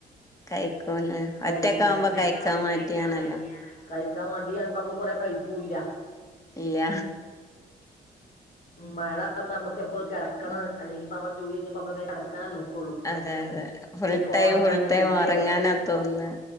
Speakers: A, on the left (about 20°); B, on the left (about 55°).
A: കഴിക്കൂലെ
B: കഴിക്കും
A: ഒറ്റക്കാവുമ്പോ
B: ഒറ്റക്ക്
A: കഴിക്കാൻ
B: ആവുമ്പോ
A: മടിയാണല്ലോ
B: കഴിക്കാൻ മടിയാണെ കഴിക്കാൻ മടിയാവുമ്പോ നമ്മള് കൊറെ കഴിക്കൂല്ല
A: ഇല്ല
B: മഴ ആവുമ്പോ നമ്മക്ക് എപ്പളും കിടക്കണം
A: ഉം
B: അല്ലെങ്കിപ്പം നമ്മടെ ജോലി കഴിഞ്ഞ് കിടക്കാനെ നോക്കുള്ളു
A: അതെ അതെ ഫുൾ
B: ഫോണ്
A: ടൈം
B: കണ്ട്
A: ഫുൾ
B: അങ്ങനെ
A: ടൈം
B: ഇരിക്കെ
A: ഉറങ്ങാനാ തോന്നുന്നെ